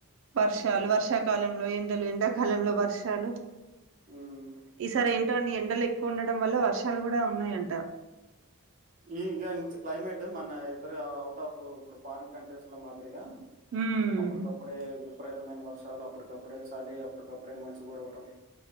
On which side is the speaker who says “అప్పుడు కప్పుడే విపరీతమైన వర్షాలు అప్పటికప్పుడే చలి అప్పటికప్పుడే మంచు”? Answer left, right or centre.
Right